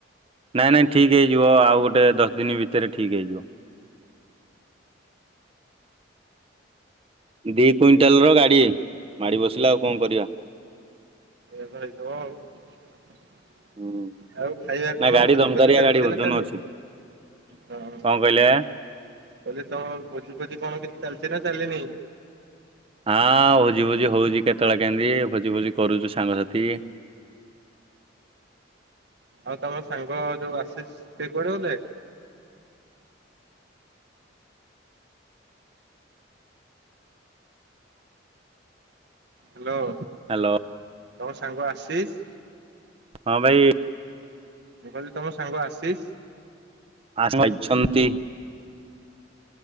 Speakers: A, on the right; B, on the right.
A: ନାଇଁ ନାଇଁ ଠିକ୍ ହେଇଯିବ ଆଉ ଗୋଟେ ଦଶ ଦିନି ଭିତରେ ଠିକ୍ ହେଇଯିବ। ଦି କୁଇଣ୍ଟାଲ ର ଗାଡି ମାଡି ବସିଲା ଆଉ କଣ କରିବା।
B: <inaudible> ଓ ଆଉ
A: ହୁଁ।
B: ଖାଇବା
A: ନା
B: କଣ
A: ଗାଡି
B: ଭୋଜି
A: ଦମଦାରିଆ
B: ଫୋଜି ଚାଲିଚି
A: ଗାଡି ଓଜନ
B: ନା ଚାଲିନି?
A: ଅଛି
B: ହଁ
A: କଣ କହିଲେ?
B: କହିଲି ତମ ଭୋଜି ଫୋଜି କଣ କିଛି ଚାଲିଚି ନା ଚାଲିନି?
A: ହାଁ ଭୋଜି ଭୋଜି ହଉଚି କେତେବେଳେ କେନ୍ତି ଭୋଜି ଭୋଜି କରୁଚୁ ସାଙ୍ଗସାଥି।
B: ଆଉ ତମ ସାଙ୍ଗ ଯୋଉ ଆଶିସି ସେ କୁଆଡେ ଗଲେ? ହ୍ୟାଲୋ।
A: ହ୍ୟାଲୋ।
B: ତମ ସାଙ୍ଗ ଆସିଷ?
A: ହଁ ଭାଇ।
B: ମୁଁ କହିଲି ତମ ସାଙ୍ଗ ଆସିିସି?
A: <unintelligible> ଛନ୍ତି।